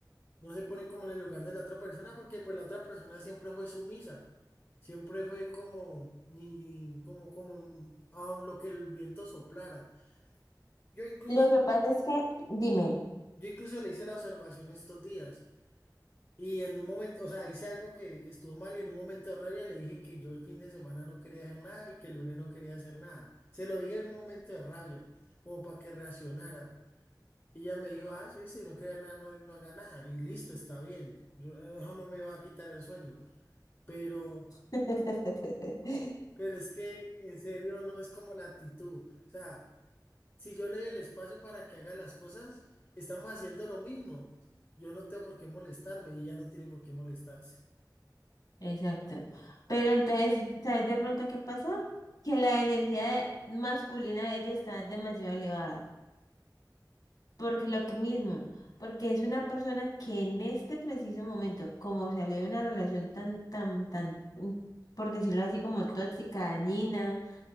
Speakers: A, on the left; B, on the left.
A: No se ponen como en el lugar de la otra persona porque pues la otra persona siempre fue sumisa. Siempre fue como, ni, como, como, un- a lo que el viento soplara. Yo incluso
B: Lo que pasa es que, dime.
A: Yo incluso le hice la observación estos días y en un momento, o sea, hice algo que, que estuvo mal y en un momento de rabia le dije que yo el fin de semana no quería hacer nada y que el lunes no quería hacer nada. Se lo dije en un momento de rabia, como para que reaccionara. Y ella me dijo, ah, sí, si no quería nada, no, no haga nada. Y listo, está bien. Yo, eso no me va a quitar el sueño. Pero,
B: <laughs>
A: pero es que en serio no es como la actitud. O sea... Si yo le doy el espacio para que haga las cosas, estamos haciendo lo mismo. Yo no tengo por qué molestarme y ella no tiene por qué molestarse.
B: Exacto. Pero entonces, ¿sabes de pronto qué pasó? Que la energía masculina de ella está demasiado elevada. Por lo que mismo, porque es una persona que en este preciso momento, como salió de una relación tan, tan, tan, mm, por decirlo así, como tóxica, dañina,